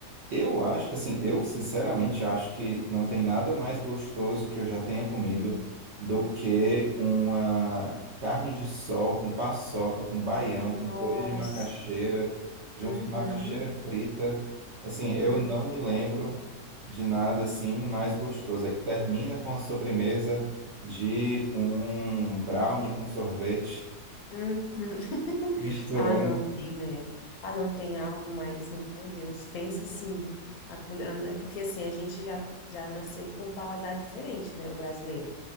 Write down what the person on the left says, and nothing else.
Nossa.
Uhum.
Uhum.
Uhum. <laughs>
Ah, não tem, né? Ah, não tem algo mais. Meu Deus, pensa assim. a cul- a- É porque assim, a gente já, já nasceu com um paladar diferente, né? O brasileiro.